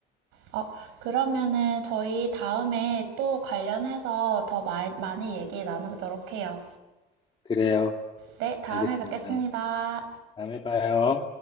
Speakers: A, on the right (about 85°); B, on the left (about 25°).
A: 어, 그러면은 저희 다음에 또 관련해서 더 마- 많이 얘기 나누도록 해요.
B: 그래요.
A: 네, 다음에
B: 알겠습니다.
A: 뵙겠습니다.
B: 다음에 봐요.